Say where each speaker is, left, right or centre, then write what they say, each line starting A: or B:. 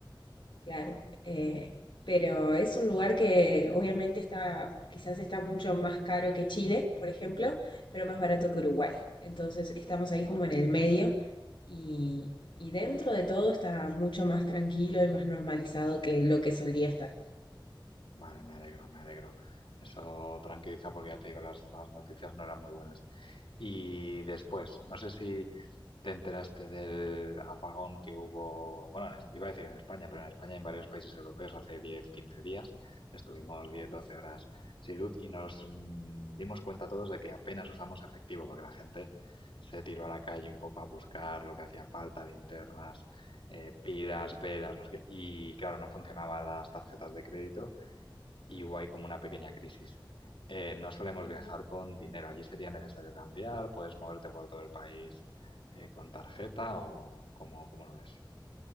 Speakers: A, on the left (about 65°); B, on the left (about 85°).
A: Claro, eh, pero es un lugar que obviamente está, quizás está mucho más caro que Chile, por ejemplo, pero más barato que Uruguay. Entonces estamos ahí
B: Vale.
A: como en el medio y, y dentro de todo está mucho más tranquilo y más normalizado que lo que solía estar.
B: Vale, me alegro, me alegro. Eso tranquiliza porque ya te digo, las, las noticias no eran muy buenas. Y después, no sé si te enteraste del apagón que hubo, bueno, en Es- iba a decir en España, pero en España y en varios países europeos hace 10 15 días. Estuvimos diez
A: Uy,
B: doce
A: sí.
B: horas sin luz y nos mm, dimos cuenta todos de que apenas usamos efectivo porque la gente se tiró a la calle un poco a buscar lo que hacía falta, linternas, eh, pilas, velas, no sé qué. Y claro, no funcionaban las tarjetas de crédito y hubo ahí como una pequeña crisis. Eh, no solemos
A: Ujú.
B: viajar con dinero, allí sería necesario cambiar, puedes moverte por todo el país eh, con tarjeta o cómo, cómo lo ves.